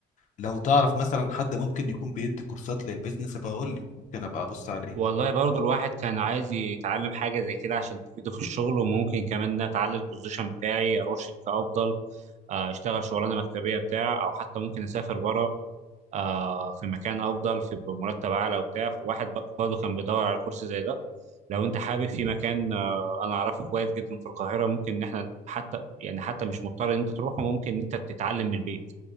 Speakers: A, on the left; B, on the right.
A: لو تعرف مثلا حد ممكن يكون بيدي كورسات للبيزنس فهقول لي ممكن ابقى ابص عليه
B: والله برضو الواحد كان عايز يتعلم حاجة زي كده عشان تفيده في الشغل وممكن كمان إن أنا أتعلم البوزيشن بتاعي أروح شركة أفضل آه، أشتغل شغلانة مكتبية بتاع أو حتى ممكن أسافر بره آه في مكان افضل في بمرتب اعلى وبتاع فالواحد ب- برضه كان بيدور على كورس زي ده لو انت حابب في مكان آه انا اعرفه كويس جدا في القاهره ممكن ان احنا حتى يعني حتى مش مضطر ان انت تروحه ممكن ان انت تتعلم من البيت